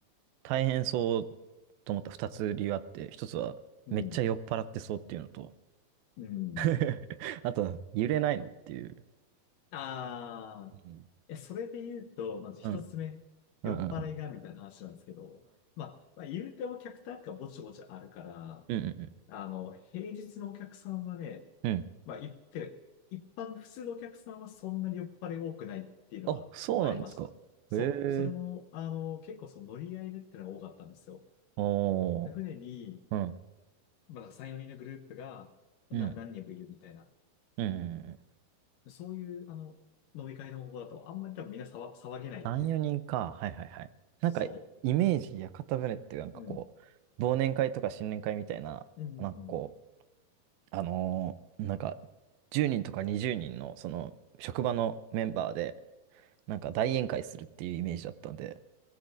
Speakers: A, on the right; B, on the left.
A: 大変そうと思った二つ理由あって、一つは、
B: うん。
A: めっちゃ酔っ払ってそうっていうのと、
B: うん。
A: <laughs> あとは、揺れないのっていう。
B: ああ、
A: うん。
B: え、それで言うと、まず一つ目、
A: うん。
B: 酔っ払いがみたいな話なんですけど、
A: うんうんうん。
B: まあ、まあ、言うてお客単価ぼちぼちあるから、
A: うんうんう
B: あの、平日のお客さんはね、
A: ん。うん。
B: まあ、言ってる一般、普通のお客さんはそんなに酔っ払い多くないっていうのはありました。
A: あ、そうなんですか。
B: そう。
A: へえ。
B: それも、あの、結構その乗り合いでってのが多かったんですよ。
A: おー。
B: で船に、
A: うん。
B: まあ、3、4人のグループが、な、
A: うん。
B: 何人もいるみたいな。
A: うん。
B: そういう、あの、飲み会の方法だと、あんまり多分みんな騒、騒げないっていう。
A: 3、4人か。はいはいはい。なんか、
B: そ
A: イメージ、屋形船ってなんかこ
B: う。うん。
A: う、忘年会とか新年会みたいな、
B: うん。
A: なんかこう、あのーなんか、10人とか20人の、その、職場のメンバーで、なんか大宴会するっていうイメージだったんで、